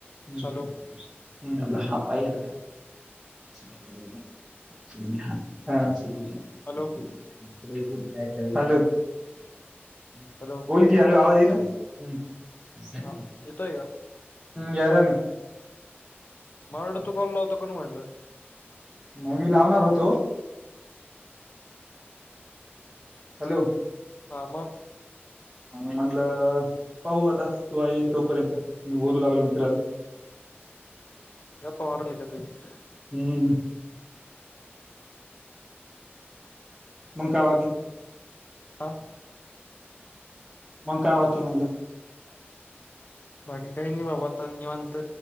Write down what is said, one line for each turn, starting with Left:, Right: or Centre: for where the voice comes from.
Centre: <unintelligible>
Left: हॅलो
Centre: हा पाय गेल काय? <inaudible> <unintelligible> हा -हा अस बूजया
Left: हॅलो
Centre: थोड ब काय कराय झालं <unintelligible> हॅलो
Left: हॅलो
Centre: बोल की हॅलो आवाज येईना - <unintelligible> झाल
Left: हा
Centre: की
Left: येतोय का?
Centre: हम्म यायलाय ना
Left: मला वाटलं तू काॅल लावतो का न म्हटलं
Centre: नाही मी लावणार होतो हॅलो
Left: हा मग
Centre: म म्हणलं पाहू आता तूआ ईल तोपर्यंत मी बोलू लागलो मित्रांन
Left: याप वारल का तु <unintelligible>
Centre: हम्म मण कावा कि
Left: हां
Centre: मग काय बाकी म्हणलं?
Left: बाकी काही नाही बाबा आता निवांत